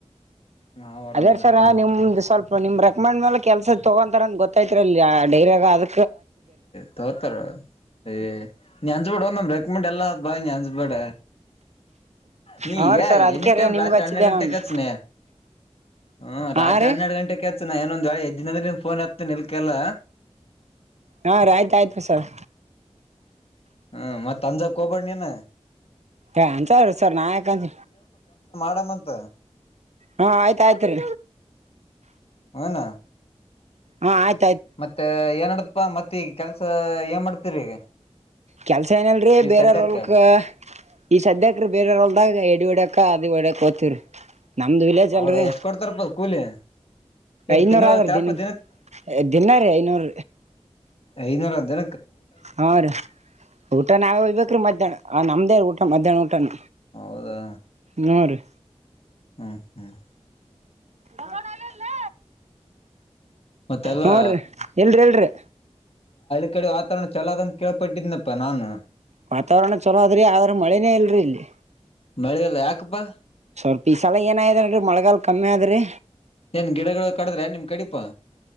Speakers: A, on the left; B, on the right.
A: ನಾವ್ ಆರಾಮಿದಪ್ಪ
B: ಅದೇರ ಸರ ನಿಮ್ದ ಸ್ವಲ್ಪ ನಿಮ್ ರೆಕಮೆಂಡ್ ಮೇಲೆ ಕೆಲ್ಸ ತಗೋಂತಾರ ಅ ಗೊತ್ತಲ್ಲ ಡೈಯ ಅದ
A: ತತ <unintelligible> ಬಡವ ನ್ರ ಕುಕ್ಮಿಂಡ ಎಲ್ಲಾ ಬಾ ಅಂಚ್ಬೇಡ ನೀ
B: ಹಾ
A: ಈಗ
B: ರೀ ಸರ್ ಅದಕ್ಕೆ
A: ಎನಿ ಟೈಮ್
B: ರೀ ನಿಮ್ಗ್
A: ರಾತ್ರಿ
B: ಹಚ್ಚಿದ್ದೆ
A: ಹನ್ನೆರಡು ಗಂಟೆ
B: ನಾನು
A: ಕೆಚನ ಹ
B: ಹಾ
A: ರಾತ್ರಿ
B: ರೀ
A: ಹನ್ನೆರಡು ಗಂಟೆ ಕೆಸನ ಇೊಂದ್ ವೆ ಎದ್ ದಿನ ಅಂದ ನಿಮ್ ಫೋನ್ ಹತ್ತ ನಿಲ್ಕಲ್ಲ
B: ಹಾ ರ ಆಯ್ತು ಆಯ್ತು ಬಸಲ್
A: ಹ್ಮ ಮತ್ತತ್ ಅಂಜಾಗ ಕೋಬಡ್ ನೀನ
B: ಹ ಅಂತ ಸರ್ ನಾಯಕಂತ
A: ಮರಾಮಂತ
B: ಹಾ ಆಯ್ತ ಆಯ್ತ್ರಿ
A: ಹುನಾ
B: ಹಾ ಆಯ್ತು
A: ಮತ್ತೆ ಏನಡ ಅಪ್ಪಾ ಮತ್ತ ಈಗ ಕೆಲ್ಸ ಏನ್ ಮಾಡ್ತರಿ ಈಗ
B: ಕೆಲ್ಸ ಏನಲ್ರೀ
A: ಈಗ
B: ಬೇರವ್ರಲ್ಕ್
A: ಸದ್ಯಕ್ಕ
B: ಈ ಸದ್ಯಕ್ರೆ ಬೇರೆಯವ್ರವಲ್ದಾಗ ಎಿಡಿ ಹಡಕ ಒೋತಿವಿ ನಮ್ದು ವಿಲೇಜ್
A: ಹೌದಾ
B: ಅಲ್ರಿ
A: ಎಷ್ಟ್ ಕೊಡ್ತಾರಪ್ಪ ಕೂಲಿ ಏನ್
B: ಐನೂರ
A: ತಿಂಗಳ ಹೋಗ್ತಪ
B: ಆದ ದಿನ ದಿನ ರೀ ಐನೂರ
A: ಐನೂರ ಅದೇ
B: ಹಾ ರೀ ಊಟ ನಾವೇ ಹೋಗ್ಬೇಕ್ರೀ ಮಧ್ಯಾಹ್ನ ಆ ನಮ್ಮ್ದೇ ಊಟ ಮಧ್ಯಾಹ್ನ ಊಟನ.
A: ಹೌದಾ
B: ನ ರೀ.
A: ಹ್ಮ್ ಹ್ಮ್
B: ಮಸನ್ ಆಲ್ಲಲ್ಲ
A: ಮತ್ತೆಲ್ಲಾ
B: ನೋಡ್ರಿ ಎಲ್ರಿಿ ಎಲ್ರಿರಿ.
A: ಈ ಕಡೆ ವಾತಾವರಣ ಚಲಾದದ ಅಂತ ಕೇಳ್ಪಟ್ಟಿದ್ನಪ್ಪಾ ನಾನು.
B: ವಾತಾವರಣ ಚಲೋ ಅದ್ರಿ ಆದ್ರ ಮಳೆನೇ ಇಲ್ರರಿ ಇಲ್ಲಿ.
A: ಮಳೆಲ್ಲ ಯಾಕಪ್ಪಾ.
B: ಸ್ವಲ್ಪ ಈ ಸಲ ಏನಯ್ನ್ರಿ ಮಳಗಾಲ್ ಕಮ್ಮಿ ಆದ್ರಿ.
A: ಏನ್ ಗಿಡಗಳು ಕಡದ್ರೆ ನಿಮ ಕಡಿಪಾ.